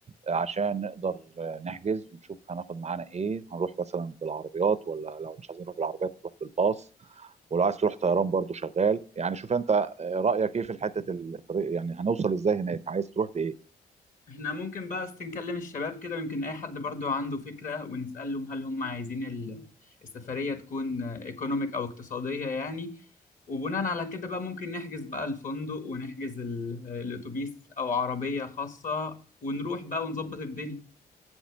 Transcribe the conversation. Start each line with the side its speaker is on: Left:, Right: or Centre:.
Right: عشان نقدر آه، نحجز ونشوف هناخد معانا ايه هنروح مثلا بالعربيات ولا لو مش عايزين نروح بالعربيات نروح بالباص ولو عايز تروح طيران برضو شغال يعني شوف انت آه، رأيك ايه في حتة الطريق يعني هنوصل ازاي هناك عايز تروح بايه
Left: احنا ممكن بقى بس نكلم الشباب كده ويمكن اي حد برضو عنده فكرة ونسألهم هل هم عايزين ال- السفرية تكون ايكونوميك او اقتصادية يعني وبناء على كده بقى ممكن نحجز بقى الفندق ونحجز ال- الاتوبيس او عربية خاصة ونروح بقى ونظبط الدنيا